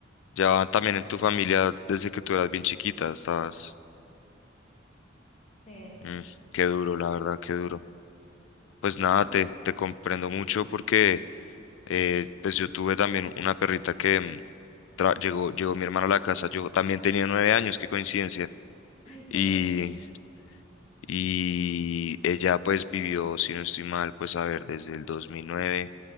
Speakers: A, on the left; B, on the left.
A: Ya también en tu familia, desde que tú eras bien chiquita, estabas...
B: Eh,
A: Mm, qué duro, la verdad, qué duro. Pues nada,
B: bueno,
A: te, te comprendo mucho porque eh, pues yo tuve también una perrita que mm, tra- llegó, llegó mi hermana a la casa, yo también tenía nueve años, qué coincidencia.
B: ay,
A: Y,
B: coño.
A: y ella pues vivió, si no estoy mal, pues a ver, desde el 2009